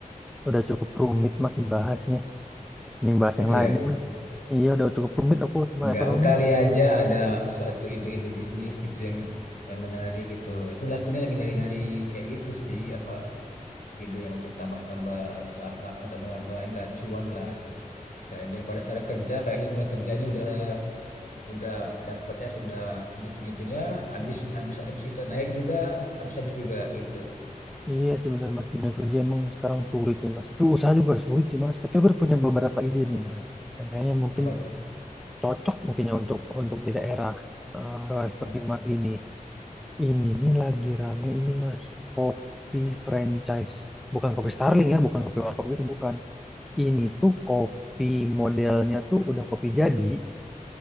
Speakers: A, in the centre; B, on the left.
A: udah cukup rumit, Mas, dibahasnya. Mending bahas
B: Itu
A: yang lain,
B: ya.
A: ya, Mas. Iya, udah cukup rumit aku sama
B: Nggak
A: ekonomi.
B: kali aja ada suatu ide-ide bisnis gitu yang yang menarik gitu. Itu aku ini lagi nyari-nyari kayak gitu sih, apa ide yang untuk tambah-tambah usaha, tambah-tambah inilah cuan lah. Kayak daripada sekarang kerja, kayaknya dunia kerja ini udah udah dapatnya sudah segitu-gitunya, habis habis habis kita naik juga, habis habis juga gitu.
A: Iya sih benar, Mas. Dunia kerja emang sekarang sulit sih, Mas. Tapi usaha juga harus sulit sih, Mas. Tapi aku udah punya beberapa ide nih, Mas. Yang kayaknya mungkin
B: Apa tuh?
A: cocok mungkinnya untuk untuk di daerah eh, seperti
B: Hmm.
A: Mas ini. Ini nih lagi rame ini mas, kopi franchise. Bukan kopi Starling ya, bukan kopi warkop itu bukan. Ini tuh kopi modelnya tuh udah kopi jadi,